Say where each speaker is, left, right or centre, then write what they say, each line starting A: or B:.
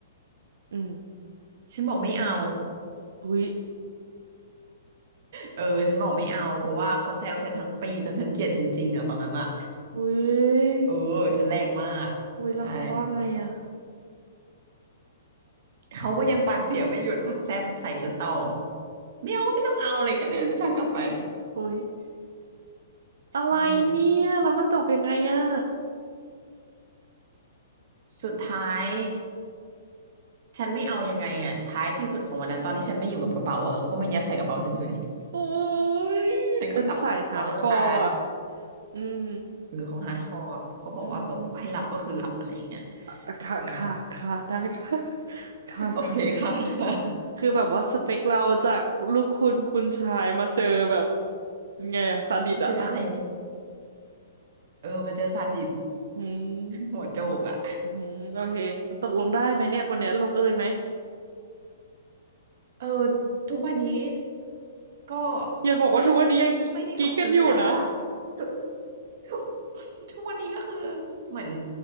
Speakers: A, on the right; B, on the right.
A: อืม
B: ฉันบอกไม่เอา
A: อุ้ย
B: เออฉันบอกไม่เอาเพราะว่าเขาแซวฉันทั้งปีจนฉันเกลียดจริงๆอ่ะตอนนั้นอ่ะ
A: อุ้
B: <laughs>
A: ย
B: เออฉันแรงมาก
A: อุ้ยแล้วเขาว่าไงอ่ะ
B: ใช่เขาก็ยังปากเสียไม่หยุดปากแซบใส่ฉันต่อไม่เอาไม่ต้องเอาอะไรเงี้ยเดินไม่ทางกลับไป
A: อุ้ยอะไรเนี่ยแล้วมันจบยังไงอ่ะ
B: นี่สุดท้ายฉันไม่เอายังไงอ่ะท้ายที่สุดของวันนั้นตอนที่ฉันไม่อยู่กับกระเป๋าอ่ะเขาก็มายัดใส่กระเป๋าฉันอยู่ดี
A: โอ้ยเป็นสายฮาร์ดคอร์ว่ะ
B: ฉันก็กลับไปพร้อมตุ๊กตา
A: อืม
B: หรือเขาฮาร์ดคอร์เขาบอกว่าแบบบอกให้หลับก็คือหลับอะไรอย่างเงี้ย
A: อืมอ่ะค่ะค่ะค่ะได้ค่ะ
B: เออ
A: <laughs> ค่ะค่ะ
B: โอเคค่ะค่ะ
A: คือแบบว่าสเปคเราจากลูกคุณคุณชายมาเจอแบบไงอะซาดิสอะ
B: เจออะไรนี่เออมาเจอซาดิส
A: อื
B: หัวโจกอ่ะ
A: มอืมโอเคตกลงได้ไหมเนี่ยคนเนี้ยลงเอยไหม
B: เออทุกวันนี้ก็
A: อย่าบอกว่าทุกวันนี้ยังกิ๊กกันอยู่นะ
B: <laughs> ไม่ได้ลงเอยแต่ว่าทุกทุกทุกวันนี้ก็คือเหมือน